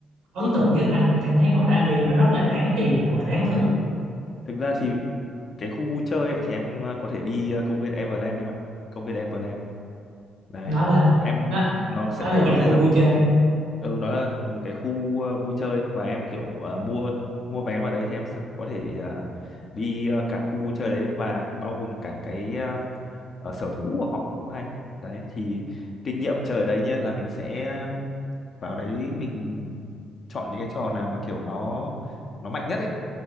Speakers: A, on the right (about 75°); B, on the left (about 50°).
A: ấn tượng nhất, anh cảm thấy hồi đó anh đi nó rất là đáng tiền hoặc là đáng thử.
B: <laughs> thực ra thì cái khu vui chơi ấy, thì em có thể đi ờ, công viên Everland em ạ công viên Everland đấy
A: Nó là
B: em
A: nó
B: nó sẽ
A: nó là
B: nó
A: dạng
B: sẽ
A: khu
B: giống
A: vui
B: như
A: chơi.
B: ừ nó là một cái khu ờ, vui chơi và em kiểu ờ, mua mua vé vào đấy thì em sẽ có thể ờ, đi ờ, cả khu vui chơi đấy và bao gồm cả cái ờ, ờ, sở thú của họ cũng hay đấy thì kinh nghiệm chơi ở đấy nhá là mình sẽ vào đấy mình chọn những cái trò nào mà kiểu nó nó mạnh nhất ấy